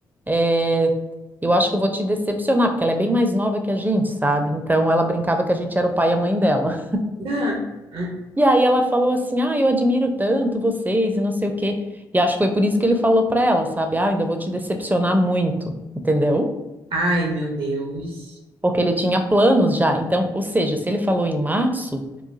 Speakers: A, on the right (about 15°); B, on the right (about 60°).
A: é, eu acho que eu vou te decepcionar, porque ela é bem mais nova que a gente, sabe? Então ela brincava que a gente era o pai e a mãe dela.
B: <laughs>
A: E aí ela falou assim: "Ah, eu admiro tanto vocês e não sei o quê". E acho que foi por isso que ele falou pra ela, sabe? "Ah, ainda vou te decepcionar muito", entendeu?
B: Ai, meu Deus.
A: Porque ele tinha planos já. Então, ou seja, se ele falou em março,